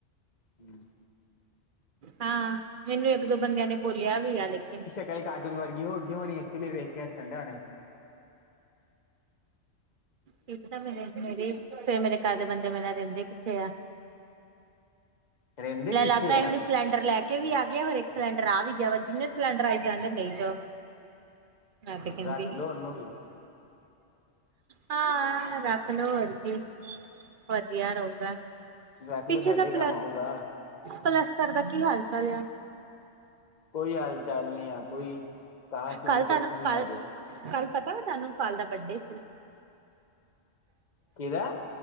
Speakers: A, on the left (about 35°); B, on the right (about 50°).
A: ਹੂੰ।
B: ਹਾਂ ਮੈਨੂੰ ਇੱਕ ਦੋ ਬੰਦਿਆਂ ਨੇ ਬੋਲਿਆ ਵੀ ਆ ਲੇਕਿਨ
A: ਕੱਲ ਕਾਰਟੂਨ ਵਰਗੀ ਹੋ ਗਈ ਹੋਣੀ ਇਸ ਲਈ ਵੇਖ ਕੇ ਹੱਸਣ ਡੇਅ ਹੋਣੇ।
B: ਕੀ ਪਤਾ ਮੇਰੇ-ਮੇਰੇ ਫੇਰ ਮੇਰੇ ਘਰ ਦੇ ਬੰਦੇ ਮੇਰੇ ਨਾਲ ਰਹਿੰਦੇ ਕਿੱਥੇ ਆ।
A: ਰਹਿੰਦੇ
B: ਲੈ
A: ਕਿੱਥੇ
B: ਲੱਗਦਾ ਹੈ
A: ਆ
B: ਹੁਣ ਇਸ ਸਿਲੰਡਰ ਲੈ ਕੇ ਵੀ ਆ ਗਿਆ ਹੋਰ ਇੱਕ ਸਿਲੰਡਰ ਆ ਵੀ ਗਿਆ ਵਾ ਜਿੰਨੇ ਸਿਲੰਡਰ ਆਈ ਜਾਂਣਦੇ ਲਈ ਜਾਓ।
A: <inaudible>
B: ਨਾ ਤੇ ਕਿੰਦੀ
A: ਰੱਖ ਲੋ ਉਹਨੂੰ ਵੀ
B: ਹਾਂ ਰੱਖ ਲਓ ਹੋਰ ਕੀ, ਵਧੀਆ ਰਹੁਗਾ।
A: ਰੱਖ ਲੋ
B: ਪਿੱਛੇ
A: ਸਾਡੇ
B: ਦਾ ਪ,
A: ਕੰਮ ਆਊਗਾ
B: ਪਲਸਤਰ ਦਾ ਕੀ ਹਾਲ ਚਾਲ ਆ?
A: ਕੋਈ ਹਾਲ ਚਾਲ ਨਹੀਂ ਆਂ ਕੋਈ, ਕ ਸੁਣੀ
B: ਕੱਲ
A: ਕੁਛ
B: ਤੁਹਾਨੂੰ
A: ਨਹੀਂ
B: ਕੱਲ
A: ਅਜੇ
B: ਕੱਲ ਪਤਾ ਵਾ ਤਾਨੂੰ ਪਾਲ ਦਾ ਬੱਡੇ ਸੀ?
A: ਕਿਦਾ?